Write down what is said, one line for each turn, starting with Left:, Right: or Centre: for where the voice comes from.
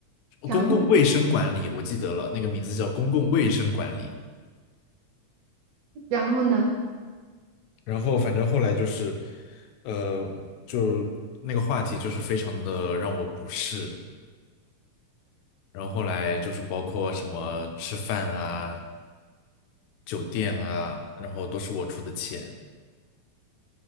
Left: 哦公共卫生管理，
Right: 然后
Left: 我记得了，那个名字叫公共卫生管理。
Right: 然后呢？
Left: 然后反正后来就是，呃，就那个话题就是非常的让我不适。然后后来就是包括什么吃饭啊、酒店啊，然后都是我出的钱。